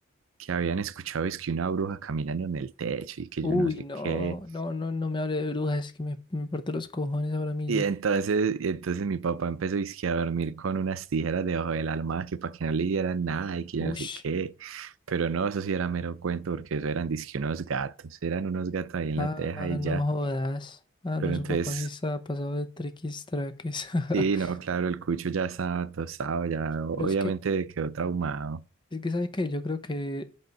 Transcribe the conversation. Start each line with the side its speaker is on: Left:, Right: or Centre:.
Right: que habían escuchado es que una bruja caminando en el techo y que
Left: Uy,
Right: yo no sé
Left: no,
Right: qué.
Left: no, no, no me hable de brujas, es que me, me parto los cojones ahora mismo.
Right: Y entonces, y entonces mi papá empezó dizque a dormir con unas tijeras debajo del almohada que para que no le dieran nada y que yo
Left: Ush,
Right: no sé qué. Pero no, eso sí era mero cuento porque eso eran dizque unos gatos, eran unos gatos ahí en
Left: ah,
Right: la teja y
Left: no
Right: ya.
Left: jodas. Ah,
Right: Pero
Left: no, su
Right: entonces
Left: papá sí estaba pasado de triquis traques. <laughs>
Right: Sí, no, claro, el cucho ya estaba tostado, ya obviamente
Left: Pero es que
Right: quedó traumado.
Left: Es que, ¿sabes qué? Yo creo que,